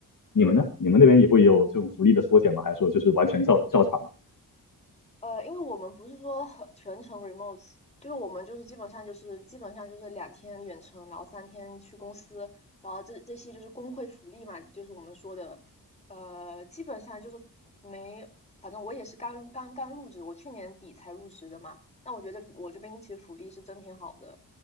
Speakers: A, on the left (about 55°); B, on the left (about 15°).
A: 你们呢？你们那边也会有这种福利的缩减吗？还是说就是完全照照常？
B: 呃，因为我们不是说很全程 remote，就是我们就是基本上就是基本上就是两天远程，然后三天去公司，然后这这些就是工会福利嘛，就是我们说的，呃，基本上就是没，反正我也是刚刚刚入职，我去年底才入职的嘛，那我觉得我这边其实福利是真挺好的，